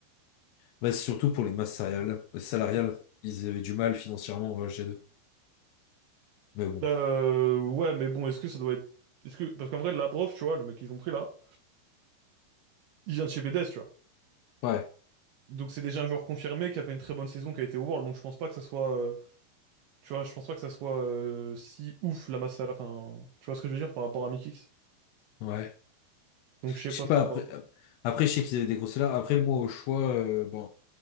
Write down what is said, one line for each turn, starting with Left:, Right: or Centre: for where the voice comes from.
Left: Bah, c'est surtout pour les masses salariales. salariales. Ils avaient du mal financièrement, euh, G2. Mais bon.
Right: Euh, ouais, mais bon, est-ce que ça doit être. Est-ce que... Parce qu'en vrai, Labrov, tu vois, le mec qu'ils ont pris là, il vient de chez BDS, tu vois.
Left: Ouais,
Right: Donc c'est déjà un joueur confirmé qui a fait une très bonne saison, qui a été au World, donc je pense pas que ça soit. euh, Tu vois, je pense pas que ça soit euh, si ouf la masse à la fin. Tu vois ce que je veux dire par rapport à Mikix?
Left: ouais.
Right: Donc je sais
Left: Je
Right: pas
Left: sais
Right: trop.
Left: pas, après,
Right: Par... rapport-
Left: après, je sais qu'ils avaient des grosses salaires. Après, moi, au choix, euh, bon,